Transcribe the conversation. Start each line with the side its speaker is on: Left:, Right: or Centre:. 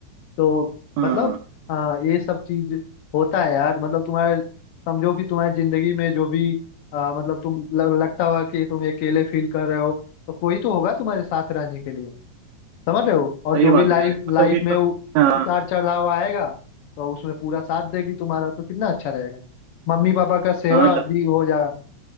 Left: तो
Right: हम्म
Left: मतलब हाँ ये सब चीज होता है यार मतलब तुम्हारे समझो कि तुम्हारी जिंदगी में जो भी आ, मतलब तुम ल- लगता हुआ कि तुम अकेले फील कर रहे हो तो कोई तो होगा तुम्हारे साथ रहने के लिए समझ रहे हो और
Right: सही
Left: जो
Right: बात
Left: भी लाइफ
Right: है यार
Left: लाइफ
Right: मतलब कि
Left: में
Right: तो
Left: उ-
Right: हाँ
Left: उतार चढ़ाव आएगा तो उसमें पूरा साथ देगी तुम्हारा तो कितना अच्छा रहेगा मम्मी पापा का सेवा
Right: हाँ
Left: भी हो जाएगा